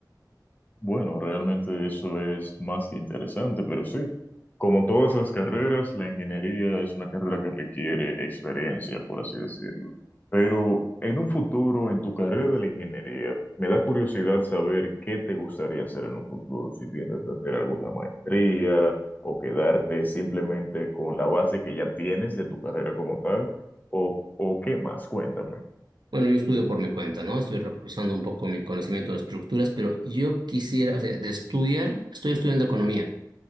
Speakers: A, on the left; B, on the right.
A: Bueno, realmente eso es más que interesante, pero sí, como todas las carreras, la ingeniería es una carrera que requiere experiencia, por así decirlo. Pero en un futuro, en tu carrera de la ingeniería, me da curiosidad saber qué te gustaría hacer en un futuro, si piensas hacer alguna maestría o quedarte simplemente con la base que ya tienes de tu carrera como tal, o, o qué más, cuéntame.
B: Bueno, yo estudio por mi cuenta, ¿no? Estoy reforzando un poco mi conocimiento de estructuras, pero yo quisiera, o sea, de estudiar, estoy estudiando economía